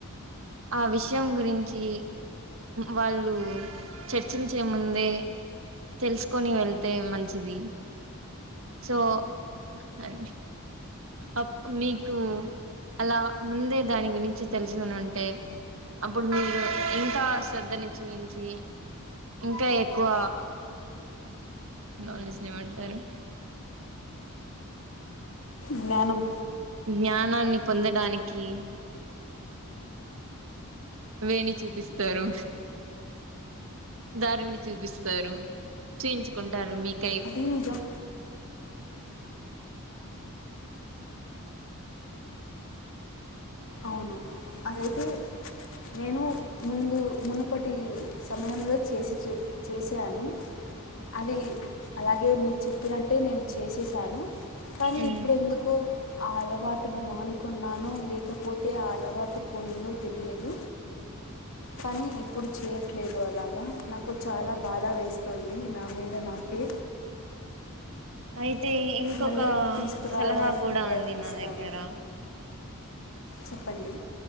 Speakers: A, on the right (about 60°); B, on the left (about 60°).
A: ఆ విషయం గురించి వాళ్ళు చర్చించే ముందే, తెలుసుకొని వెళ్తే మంచిది. సో అ అప్ నీకు అలా ముందే దాని గురించి తెలుసుకొనుంటే, అప్పుడు మీరు ఇంకా శ్రద్ధను చూయించి, ఇంకా ఎక్కువ నాలెడ్జ్ నెమంటారు?
B: జ్ఞానం
A: జ్ఞానాన్ని పొందడానికి, వేణి చూపిస్తారు. దారిని చూపిస్తారు. చూయించుకుంటారు మీక్
B: అది నిజం.
A: <unintelligible>
B: అవును అదైతే, నేను ముందు, మునుపటి సమయంలో చేసి చేసాను. అది అలాగే, మీరు చెప్పినట్టే నేను చేసేసాను. కానీ
A: మ్మ్
B: ఇప్పుడు ఎందుకో, ఆ అలవాటును మానుకున్నానో లేక పోతే ఆ అలవాటు పోయిందో తెలియదు. కాని ఇప్పుడు చేయట్లేదు అలాగ. నాకు చాలా బాధ వేస్తుంది నా మీద నా కె
A: అయితే, ఇంకొక
B: మళ్ళీ తీసుకురావడానికి
A: సలహా కూడ
B: ప్రయత్నిస్తాను
A: అంది నా దగ్గర.
B: చెప్పండి.